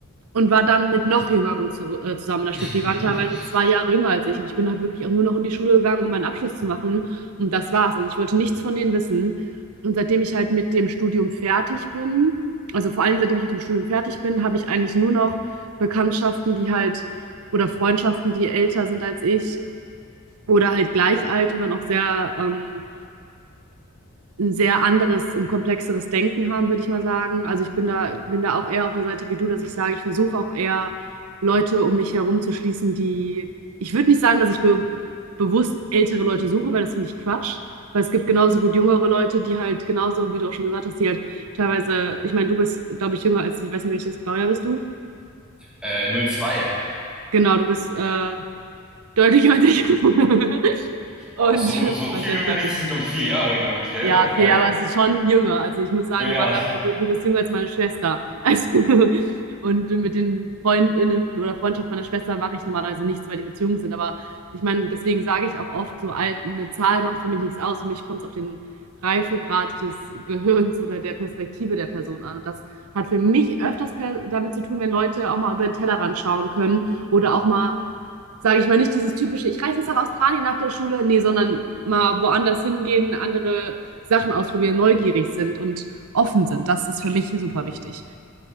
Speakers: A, on the right; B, in the centre.
A: und war dann mit noch Jüngeren zu, äh, zusammen
B: <laughs>
A: in der Stufe. Die waren teilweise zwei Jahre jünger als ich. Und ich bin halt wirklich auch nur noch in die Schule gegangen, um meinen Abschluss zu machen. Und das war's. Also ich wollte nichts von denen wissen. Und seitdem ich halt mit dem Studium fertig bin, also vor allen Dingen seitdem ich mit dem Studium fertig bin, habe ich eigentlich nur noch Bekanntschaften, die halt oder Freundschaften, die älter sind als ich oder halt gleich alt und dann auch sehr ähm, ein sehr anderes und komplexeres Denken haben, würde ich mal sagen. Also ich bin da, bin da auch eher auf der Seite wie du, dass ich sage, ich versuche auch eher Leute um mich herum zu schließen, die, ich würde nicht sagen, dass ich be bewusst ältere Leute suche, weil das finde ich Quatsch. Weil es gibt genauso gut jüngere Leute, die halt genauso, wie du auch schon gesagt hast, die halt teilweise, ich meine, du bist, glaube ich, jünger als ich weiß nicht, welches Baujahr bist du?
B: äh, 02.
A: Genau, du bist äh, deutlich jünger als ich. <laughs> und
B: Oh,
A: was
B: so, so viel
A: heißt
B: jünger
A: deutlich?
B: nicht. Das sind, glaube ich, vier Jahre, glaube ich, gell?
A: Ja,
B: Oder drei?
A: viel, aber es ist schon jünger. Also ich muss sagen,
B: Ja, ja.
A: normalerweise, du bist jünger als meine Schwester. Also, <laughs> und mit den Freundinnen oder Freundschaft meiner Schwester mache ich normalerweise nichts, weil die mit jung sind. Aber ich meine, deswegen sage ich auch oft, so alt, eine Zahl macht für mich nichts aus. Für mich kommt es auf den Reifegrad des Gehirns oder der Perspektive der Person an. Und das hat für mich öfters per damit zu tun, wenn Leute auch mal über den Tellerrand schauen können oder auch mal sage ich mal, nicht dieses typische, ich reise jetzt nach Australien nach der Schule, nee, sondern mal woanders hingehen, andere Sachen ausprobieren, neugierig sind und offen sind. Das ist für mich super wichtig.